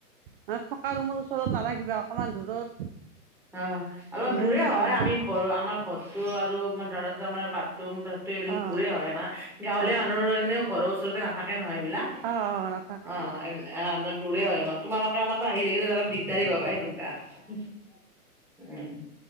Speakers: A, on the right; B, in the centre.
A: মানে থকা ৰুমৰ ওচৰত নাৰাখিবা, অকণমান দূৰত
B: অ', অলপ
A: দূৰকে
B: দূৰে
A: ৰাখিবা
B: হয়, আমি ঘৰ আমাৰ ঘৰতো আৰু ধৰা আমাৰ বাথৰুম ত এইবিলাক
A: অ',
B: দূৰে হয় আমাৰ, গাঁৱলীয়া
A: অ',
B: মানুহৰ এনেও ঘৰৰ ওচৰতে নাথাকে নহয় এইবিলাক।
A: অ', অ'। নাথাকে
B: অ', অ', এইবিলা অ', দূৰে হয় আমাৰ, তোমালোকে আমাৰ তাত আহি থাকিলে অলপ দিগদাৰী পাবা, সেইটো তাত উম।